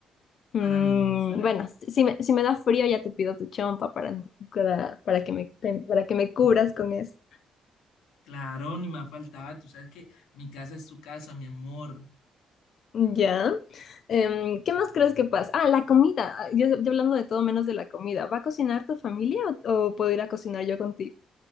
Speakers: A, on the left (about 60°); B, on the left (about 90°).
A: Mm,
B: Maravilloso.
A: bueno, si si me, si me da frío ya te pido tu chompa para, no- para, para que me, para que me cubras con eso.
B: Claro, ni más faltaba. Tú sabes que mi casa es tu casa, mi amor.
A: Ya. Em, ¿qué más crees que pasa? Ah, la comida. Yo, yo hablando de todo menos de la comida. ¿Va a cocinar tu familia o, o puedo ir a cocinar yo contigo?